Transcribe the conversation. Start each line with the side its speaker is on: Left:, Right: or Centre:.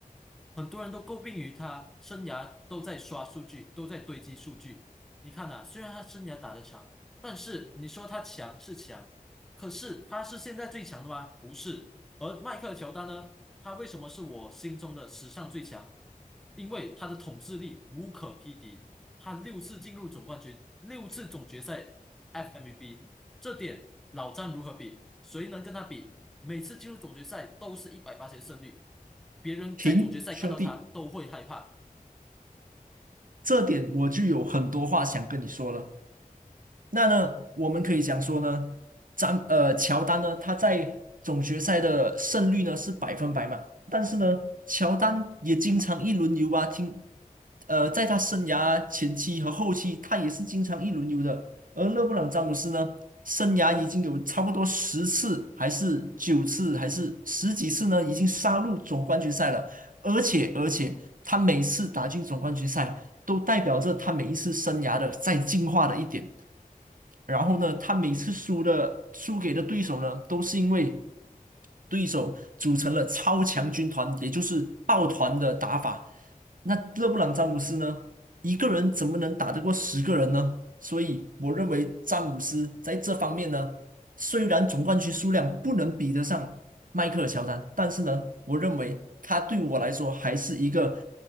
Centre: 很多人都诟病于他生涯都在刷数据，都在堆积数据。你看啊，虽然他生涯打得长，但是你说他强是强，可是他是现在最强的吗？不是。而迈克尔乔丹呢，他为什么是我心中的史上最强？因为他的统治力无可匹敌，他六次进入总冠军，六次总决赛 FMVP，这点老詹如何比？谁能跟他比？每次进入总决赛都是百分之一百八十胜率，别人在总决赛看到他都会害怕。
Right: 停，兄弟，这点我就有很多话想跟你说了。那呢，我们可以讲说呢，詹呃乔丹呢，他在总决赛的胜率呢是百分百嘛，但是呢，乔丹也经常一轮游啊，听，呃，在他生涯前期和后期，他也是经常一轮游的。而勒布朗詹姆斯呢，生涯已经有差不多十次，还是九次，还是十几次呢，已经杀入总冠军赛了。而且而且，他每次打进总冠军赛，都代表着他每一次生涯的在进化的一点。然后呢，他每次输的输给的对手呢，都是因为对手组成了超强军团，也就是抱团的打法。那勒布朗詹姆斯呢，一个人怎么能打得过十个人呢？所以我认为詹姆斯在这方面呢，虽然总冠军数量不能比得上迈克尔乔丹，但是呢，我认为他对我来说还是一个